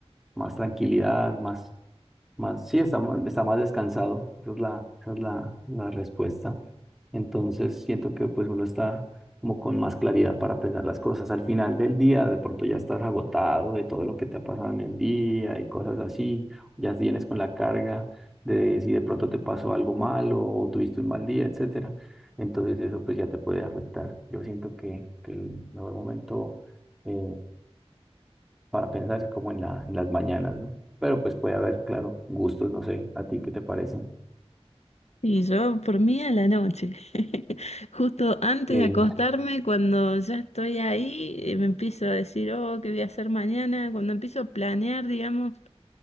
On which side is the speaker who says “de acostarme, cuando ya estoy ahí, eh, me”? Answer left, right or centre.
Left